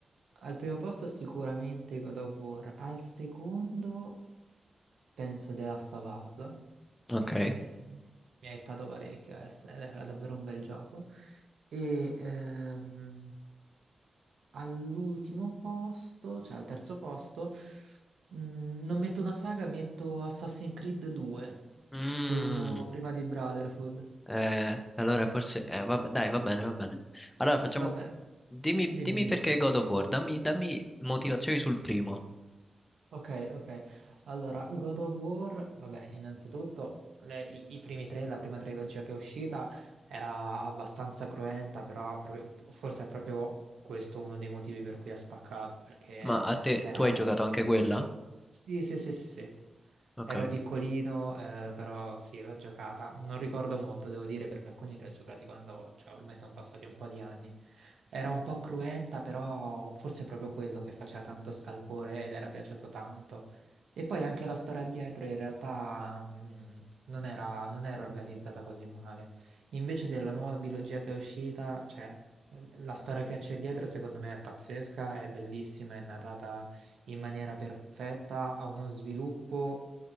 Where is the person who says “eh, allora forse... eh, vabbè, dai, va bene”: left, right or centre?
Left